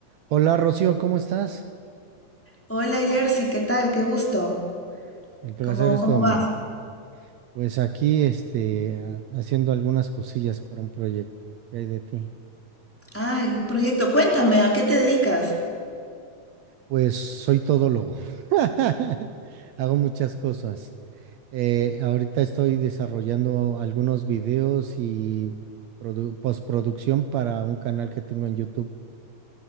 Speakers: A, on the right; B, in the centre.
A: Hola Rocío, ¿cómo estás?
B: Hola Jersey, ¿qué tal? Qué gusto.
A: El placer
B: ¿Cómo,
A: es
B: cómo
A: todo mío.
B: vas?
A: Pues aquí, este, a- haciendo algunas cosillas para un proyecto. ¿Qué hay de ti?
B: Ah, un proyecto. Cuéntame, ¿a qué te dedicas?
A: Pues soy todólogo. <laughs> Hago muchas cosas. Eh, ahorita estoy desarrollando algunos videos y produ- postproducción para un canal que tengo en YouTube,